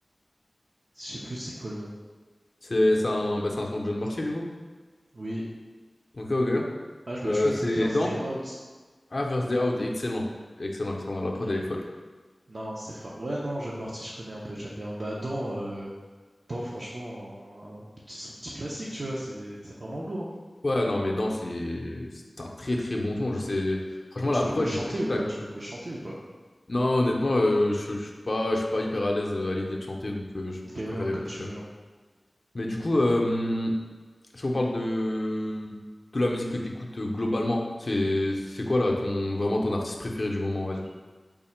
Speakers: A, on the right (about 65°); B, on the left (about 45°).
A: Je sais plus c'est quoi le nom.
B: C'est c'est un, bah, c'est un son de Jeune Morty, du coup.
A: Oui.
B: Ok, ok.
A: Ah, je, bah,
B: Euh,
A: je crois que
B: c'est
A: c'est First
B: dans.
A: Day Out.
B: Ah, First Day Out, excellent. Excellent, excellent. La prod,
A: Ouais.
B: elle est folle.
A: Non, c'était fort. Ouais, non, John Morty, je connais un peu, j'aime bien. Bah, dans, euh, dans, franchement, un- un petit- son petit classique, tu vois, c'est c'est vraiment lourd. hein.
B: Ouais, non, mais dans, c'est c'est un très, très bon son. Je sais. Franchement,
A: Et tu
B: la
A: peux
B: prod,
A: me le chanter
B: j'ai pris une
A: ou
B: plaque.
A: pas? Tu peux me le chanter ou pas?
B: Non, honnêtement, euh, je, je suis pas, je suis pas hyper à l'aise euh, à l'idée de chanter, donc euh, je,
A: Ok,
B: je
A: hein,
B: préfère éviter.
A: comme tu veux. hein.
B: Mais du coup, euh, si on parle de, de la musique que tu écoutes globalement, c'est c'est quoi là ton vraiment ton artiste préféré du moment, on va dire.